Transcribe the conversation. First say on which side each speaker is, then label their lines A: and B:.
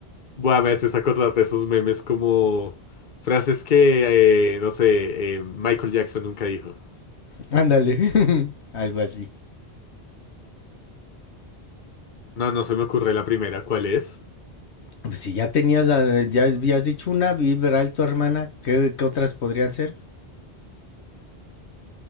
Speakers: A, on the left (about 50°); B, on the left (about 80°).
A: Buah, me haces acordar de esos memes como frases que, eh, no sé, eh, Michael Jackson nunca dijo.
B: Ándale, <laughs> algo así.
A: No, no se me ocurre la primera. ¿Cuál es?
B: Pues si ya tenías la, ya habías dicho una, vibral tu hermana, ¿qué, qué otras podrían ser?